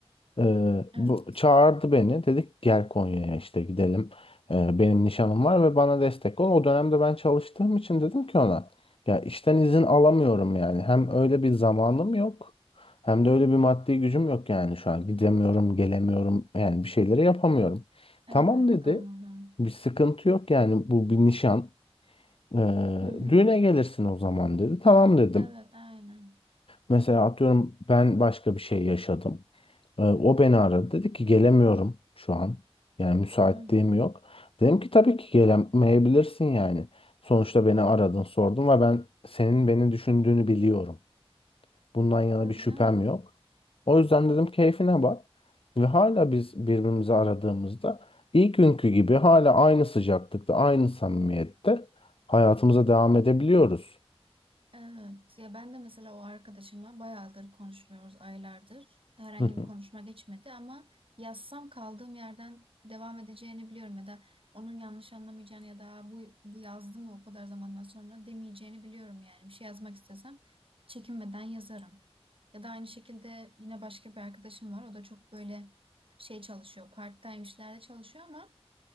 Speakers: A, on the left (about 60°); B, on the right (about 55°).
A: Ee,
B: Evet.
A: bu çağırdı beni. Dedik gel Konya'ya işte gidelim. Ee, benim nişanım var ve bana destek ol. O dönemde ben çalıştığım için dedim ki ona ya işten izin alamıyorum yani. Hem öyle bir zamanım yok. Hem de öyle bir maddi gücüm yok yani şu an. Gidemiyorum, gelemiyorum. Yani bir şeyleri yapamıyorum.
B: Evet
A: Tamam dedi.
B: anladım.
A: Bir sıkıntı yok yani bu bir nişan. Ee,
B: Hı hı.
A: düğüne gelirsin o zaman dedi. Tamam dedim.
B: Evet aynen.
A: Mesela atıyorum ben başka bir şey yaşadım. Ee, o beni aradı. Dedi ki gelemiyorum şu an. Yani müsaitliğim
B: Hı hı.
A: yok. Dedim ki tabii ki gelemeyebilirsin yani. Sonuçta beni aradın sordun ve ben senin beni düşündüğünü biliyorum. Bundan yana
B: Tabii
A: bir şüphem
B: canım.
A: yok. O yüzden dedim keyfine bak. Ve hala biz birbirimizi aradığımızda ilk günkü gibi hala aynı sıcaklıkta, aynı samimiyette hayatımıza devam edebiliyoruz.
B: Evet ya ben de mesela o arkadaşımla bayağıdır konuşmuyoruz aylardır. Herhangi
A: Hı hı,
B: bir konuşma geçmedi ama yazsam kaldığım yerden devam edeceğini biliyorum ya da onun yanlış anlamayacağını ya da bu bu yazdı mı o kadar zamandan sonra demeyeceğini biliyorum yani. Bir şey yazmak istesem çekinmeden yazarım. Ya da aynı şekilde yine başka bir arkadaşım var. O da çok böyle şey çalışıyor. Part-time işlerde çalışıyor ama